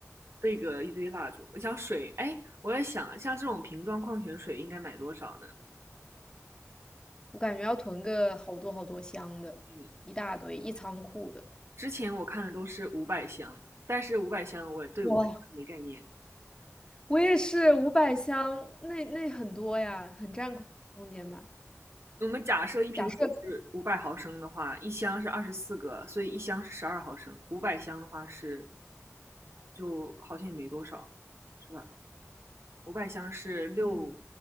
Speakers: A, on the right; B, on the left.
A: 备个一堆蜡烛。我想水，哎，我在想，像这种瓶装矿泉水应该买多少呢？
B: 我感觉要囤个好多好多箱的，
A: 嗯，
B: 一大堆，一仓库的。
A: 之前我看的都是五百箱，但是五百箱我对五百箱没概念。
B: 哇，我也是五百箱，那那很多呀，很占空空间吧？
A: 我们假设一瓶水是五百毫升的话，
B: 假设，
A: 一箱是二十四个，所以一箱是十二毫升。五百箱的话是，就好像也没多少，是吧？五百箱是六
B: 嗯